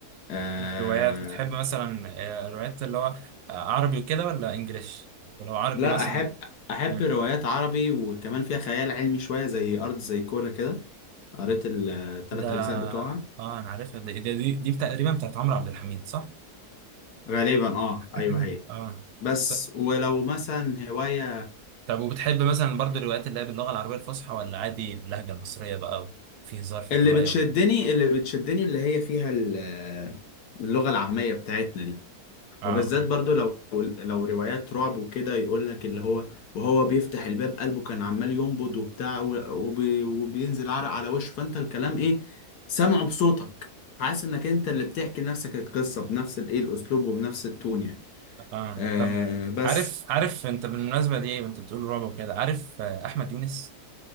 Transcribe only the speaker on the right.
روايات بتحب مثلا آه، روايات اللي هو آه، عربي وكده ولا انجليش ولو عربي
مثلا
مم.
ده
اه انا عارفها دي دي, دي, دي تقريبا بتاعت عمرو عبد الحميد صح
<clears throat>
اه
ط-
طب وبتحب مثلا برضو الروايات اللي هي باللغة العربية الفصحى ولا عادي باللهجة المصرية بقى وفي هزار في الرواية
و...
اه
اه
طب
عارف عارف انت بالمناسبه دي وانت بتقول رعب وكده عارف آه، احمد يونس